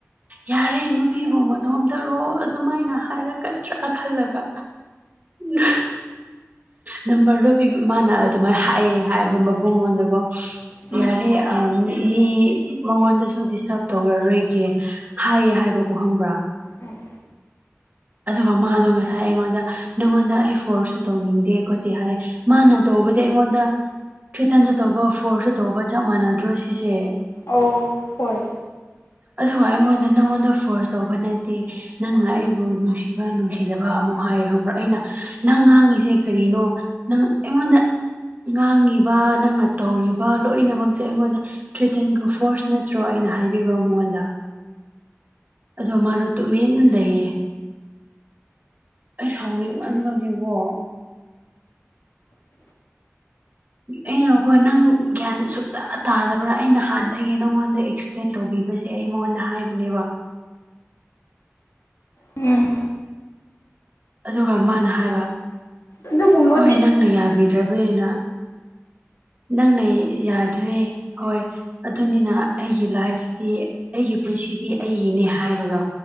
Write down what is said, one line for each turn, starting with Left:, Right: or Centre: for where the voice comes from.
Right: ꯌꯥꯔꯦ ꯅꯨꯄꯤꯕꯨ ꯃꯗꯣꯝꯇꯔꯣ ꯑꯗꯨꯃꯥꯏꯅ ꯍꯥꯏꯔꯛꯀꯗ꯭ꯔꯥ ꯈꯜꯂꯒ ꯅ ꯅꯝꯕꯔꯗꯣ ꯕꯤꯕꯤ ꯃꯥꯅ ꯑꯗꯨꯃꯥꯏ ꯍꯥꯏꯌꯦ ꯍꯥꯏ ꯃꯕꯨꯡꯉꯣꯟꯗꯀꯣ
Left: ꯎꯝ
Right: ꯌꯥꯔꯦ ꯑꯥ ꯃꯤ ꯃꯉꯣꯟꯗꯁꯨ ꯗꯤꯁꯇꯥꯔꯞ ꯇꯧꯔꯔꯣꯏꯒꯦ ꯍꯥꯏꯌꯦ ꯍꯥꯏꯕꯀꯣ ꯈꯪꯕ꯭ꯔꯥ
Left: ꯎꯝ
Right: ꯑꯗꯨꯒ ꯃꯥꯗꯣ ꯉꯁꯥꯏ ꯑꯩꯉꯣꯟꯗ ꯅꯪꯉꯣꯟꯗ ꯑꯩ ꯐꯣꯔꯁꯁꯨ ꯇꯧꯅꯤꯡꯗꯦ ꯈꯣꯠꯇꯦ ꯍꯥꯏ ꯃꯥꯅ ꯇꯧꯕꯗꯤ ꯑꯩꯉꯣꯟꯗ ꯊ꯭ꯔꯤꯇꯟꯁꯨ ꯇꯧꯕ ꯐꯣꯔꯁꯁꯨ ꯇꯧꯕ ꯆꯞ ꯃꯥꯟꯅꯗ꯭ꯔꯣ ꯁꯤꯁꯦ
Left: ꯑꯧ ꯍꯣꯏ
Right: ꯑꯗꯨꯒ ꯑꯩꯉꯣꯟꯗ ꯅꯪꯉꯣꯟꯗ ꯐꯣꯔꯁ ꯇꯧꯕ ꯅꯠꯇꯦ ꯅꯪꯅ ꯑꯩꯕꯨ ꯅꯨꯡꯁꯤꯕ ꯅꯨꯡꯁꯤꯗꯕ ꯑꯃꯨꯛ ꯍꯥꯏꯌꯦ ꯈꯪꯕ꯭ꯔꯥ ꯑꯩꯅ ꯅꯪ ꯉꯥꯡꯉꯤꯁꯦ ꯀꯔꯤꯅꯣ ꯅꯪ ꯑꯩꯉꯣꯟꯗ ꯉꯥꯡꯉꯤꯕ ꯅꯪꯅ ꯇꯧꯔꯤꯕ ꯂꯣꯏꯅꯃꯛꯁꯦ ꯑꯩꯉꯣꯟꯗ ꯊ꯭ꯔꯤꯇꯟꯒ ꯐꯣꯔꯁ ꯅꯠꯇ꯭ꯔꯣ ꯑꯩꯅ ꯍꯥꯏꯕꯤꯕ ꯃꯉꯣꯟꯗ ꯑꯗꯣ ꯃꯥꯗꯣ ꯇꯨꯃꯤꯟ ꯎꯝ ꯂꯩꯌꯦ ꯑꯩ ꯁꯥꯎꯅꯤꯡꯃꯟꯕꯒꯤꯀꯣ ꯑꯩꯅꯀꯣ ꯅꯪ ꯒ꯭ꯌꯥꯟ ꯁꯨꯛꯇ ꯇꯥꯗꯕ꯭ꯔꯥ ꯑꯩ ꯅꯍꯥꯟꯗꯒꯤ ꯅꯪꯉꯣꯟꯗ ꯑꯦꯛꯁ ꯄ꯭ꯂꯦꯟ ꯇꯧꯕꯤꯕꯁꯦ ꯑꯩ ꯃꯉꯣꯟꯗ ꯍꯥꯏꯕꯅꯦꯕ
Left: ꯎꯝ
Right: ꯑꯗꯨꯒ ꯃꯥꯅ ꯍꯥꯏꯕ
Left: ꯑꯗꯨꯒꯨꯝꯕꯗꯤ
Right: ꯍꯣꯏ ꯅꯪꯅ ꯌꯥꯕꯤꯗ꯭ꯔꯕꯅꯤꯅ ꯅꯪꯅ ꯌꯥꯗ꯭ꯔꯦ ꯍꯣꯏ ꯑꯗꯨꯅꯤꯅ ꯑꯩꯒꯤ ꯂꯥꯏꯐꯇꯤ ꯑꯩꯒꯤ ꯄꯨꯟꯁꯤꯗꯤ ꯑꯩꯒꯤꯅꯦ ꯍꯥꯏꯕꯗꯣ